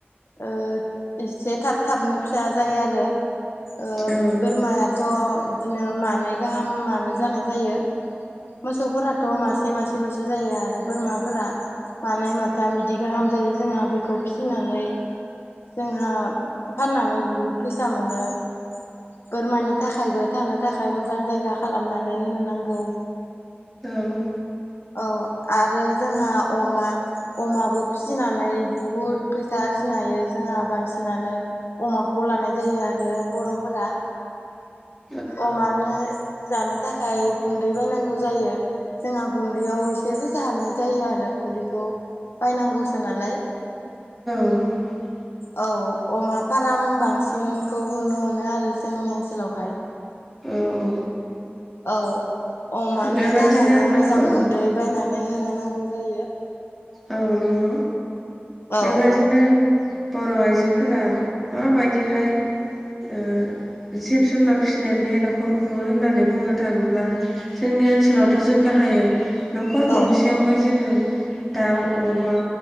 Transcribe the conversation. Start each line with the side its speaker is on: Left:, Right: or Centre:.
Left: ओ एसे थाब-थाबनो फिसा जायो आरो ओ
Centre: औ
Left: बोरमाया। थ' बिदिनो मानै गाहामानो जानाय जायो। मोसौफोराथ' मासे - मासेल'सो जायो। आरो बोरमाफोरा मानै, माथाम बिदि गाहाम जायो। जोंहा बेखौ फिसिनानै। जोंहा फाननानै बहुद फैसा मोनो। बोरमानि थाखायबो थानो थाखाय मोजां जायगा खालामनानै होनो नांगौ।
Centre: औ।
Left: औ आरो जोंहा, अमा। अमाबो फिसिनानै बहुद फैसा आरजिनो हायो जोंहा बांसिनानो। अमाखौ लानाय जायो आरो बर'फोरा।
Centre: <unintelligible>
Left: अमानो। जानो थाखाय गुन्दै बायनांगौ जायो। जोंहा गुन्दैयाव जे फैसा हाबनाय जायो आरो गुन्दैखौ बायनांगौसो नालाय।
Centre: <unintelligible>
Left: औ अमा फाराम बांसिन खौ नुनो मोनो आरो जोंनि ओनसोलावहाय।
Centre: औ-औ।
Left: औ अमानि
Centre: बेबादिनो
Left: थाखायबो
Centre: नंगौ
Left: मोजां गुन्दै बायनानै होनो नांगौ जायो।
Centre: औ नंगौ।
Left: औ
Centre: बेबादिनो। बर' आइजोफोरा माबायदिहाय। ओ जिब- जुनार फिसिनानैहाय न'खर खुङो होननानै बुंनो थाङोब्ला। जोंनि ओनसोलावथ' जों गाहायै। न'खर गंसेयावहाय
Left: औ
Centre: जोङो दाउ, अमा,